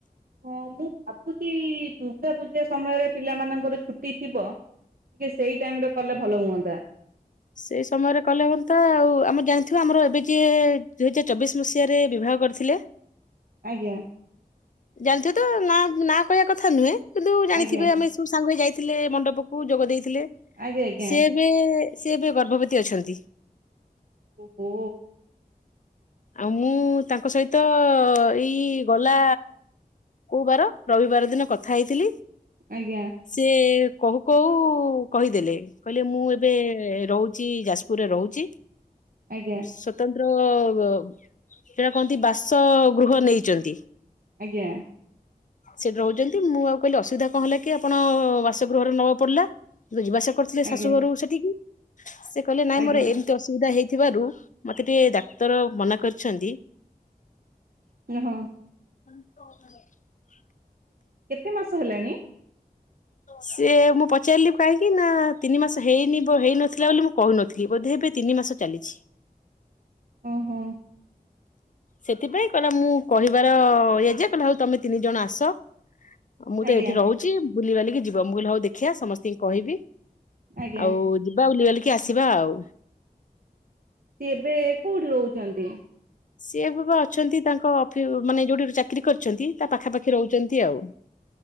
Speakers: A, on the right; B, on the left.
A: ହଁ ମୁଁ ଭାବୁଛି ଦୁର୍ଗା ପୂଜା ସମୟରେ ପିଲାମାନଙ୍କର ଛୁଟି ଥିବ। ଟିକେ ସେଇ ଟାଇମ ରେ କଲେ ଭଲ ହୁଅନ୍ତା।
B: ସେଇ ସମୟରେ କଲେ ହୁଅନ୍ତା ଆଉ ଆମେ ଜାଣିଥଥିବା ଆମର ଏବେ ଯି ଦୁଇ ହଜାର ଚବିଶ ମସିହାରେ ବିଭା କରିଥିଲେ।
A: ଆଜ୍ଞା।
B: ଜାଣିଥିବ ତ ନା ନାଁ କହିବା କଥା ନୁହେଁ କିନ୍ତୁ ଜାଣିଥିବେ
A: ଆଜ୍ଞା
B: ଆମେ ସବୁ ସାଙ୍ଗରେ ଯାଇ ଥିଲେ ମଣ୍ଡପକୁ ଯୋଗ ଦେଇଥିଲେ,
A: ଆଜ୍ଞା ଆଜ୍ଞା।
B: ସେ ଏବେ ସେ ଏବେ ଗର୍ଭବତୀ ଅଛନ୍ତି।
A: ଓହୋ।
B: ଆଉ ମୁଁ ତାଙ୍କ ସହିତ ଏଇ ଗଲା କୋଉ ବାର ରବିବାର ଦିନ କଥା ହେଇଥିଲି।
A: ଆଜ୍ଞା
B: ସେ କହୁ କହୁ କହିଦେଲେ କହିଲେ ମୁଁ ଏବେ ରହୁଛି ଯାଜପୁରରେ ରହୁଛି
A: ଆଜ୍ଞା
B: ସ୍ୱତନ୍ତ୍ର ସେଇଟା କହନ୍ତି ବାସ ଗୃହ ନେଇଛନ୍ତି
A: ଆଜ୍ଞା।
B: ସେଠି ରହୁଛନ୍ତି, ମୁଁ ଆଉ କହିଲି ଅସୁବିଧା କଣ ହେଲା କି ଆପଣ ବାସଗୃହରେ ନବା ପଡିଲା, ଯିବାଆସିବା କରିଥିଲେ
A: ଆଜ୍ଞା
B: ଶାଶୁଘରୁ ସେଠିକି ସେ କହିଲେ ନାଇଁ
A: ଆଜ୍ଞା
B: ମୋର ଏମିତି ଅସୁବିଧା ହେଇଥିବାରୁ ମତେ ଟିକେ ଡାକ୍ତର ମନା କରଛନ୍ତି।
A: ହଁ।
B: <unintelligible>
A: କେତେ ମାସ ହେଲାଣି?
B: ସେ ମୁଁ ପଚାରିଲି କାହିଁକି ନା ତିନି ମାସ ହେଇନି ହେଇନଥିଲା ବୋଲି ମୁଁ କହୁନଥିଲି, ବୋ ଅଧେ ଏବେ ତିନି ମାସ ଚାଲିଛି।
A: ଓ ହୋ।
B: ସେଥିପାଇଁ କହିଲା ମୁଁ କହିବାର ଇ ଯେ କହିଲେ ହଉ ତମେ ତିନି ଜଣ ଆସ। ମୁଁ
A: ଆଜ୍ଞା
B: ତ ଏଠି ରହୁଛି ବୁଲିିବାଲିକି ଯିବ ମୁଁ କହିଲି ହଉ ଦେଖିବା ସମସ୍ତଙ୍କୁ କହିବି।
A: ଆଜ୍ଞା।
B: ଆଉ ଯିବା ବୁଲି ବାଲିକି ଆସିବା ଆଉ।
A: ସିଏ ଏବେ କୋଉଠି ରହୁଛନ୍ତି?
B: ସିଏ ବାବା ଅଛନ୍ତି ତାଙ୍କ ଅଫ ମାନେ ଯୋଉଠି ଚାକିରି କରିଛନ୍ତି ତା ପାଖାପାଖି ରହୁଛନ୍ତି ଆଉ।